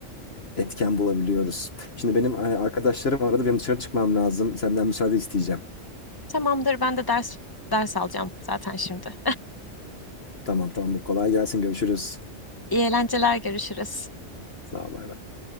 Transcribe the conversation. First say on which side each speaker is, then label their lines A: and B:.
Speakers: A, on the left (about 55°); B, on the left (about 15°).
A: etken bulabiliyoruz. Şimdi benim e, arkadaşlarım aradı, benim dışarı çıkmam lazım. Senden müsaade isteyeceğim.
B: Tamamdır ben de ders ders alacağım zaten şimdi.
A: Tamam, tamamdır. Kolay gelsin. Görüşürüz.
B: <laughs> İyi eğlenceler görüşürüz.
A: Sağ ol, bay bay.